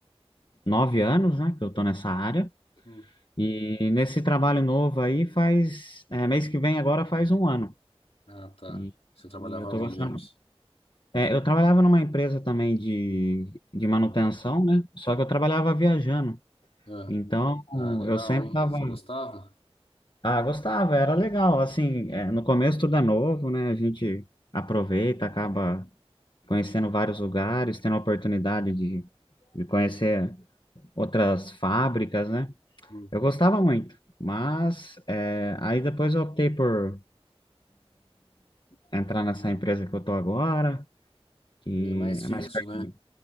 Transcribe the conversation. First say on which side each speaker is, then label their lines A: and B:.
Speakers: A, on the left; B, on the left.
A: nove anos, né, que eu tô nessa área.
B: Hum.
A: E nesse trabalho novo aí faz, é, mês que vem agora faz um ano.
B: Ah, tá.
A: E,
B: Você trabalhava
A: e eu tô
B: onde
A: gostando.
B: antes?
A: É, eu trabalhava numa empresa também de, de manutenção,
B: Mano.
A: né, só que eu trabalhava viajando.
B: Ah,
A: Então,
B: ah, legal,
A: eu sempre
B: hein?
A: tava...
B: Você gostava?
A: Ah, gostava, era legal. Assim, é, no começo tudo é novo, né, a gente aproveita, acaba conhecendo vários lugares, tendo a oportunidade de, de conhecer outras fábricas, né?
B: Hum.
A: Eu gostava muito, mas é, aí depois eu optei por é, entrar nessa empresa que eu tô agora, que
B: E é mais
A: é
B: fixo,
A: mais perto
B: né?
A: de,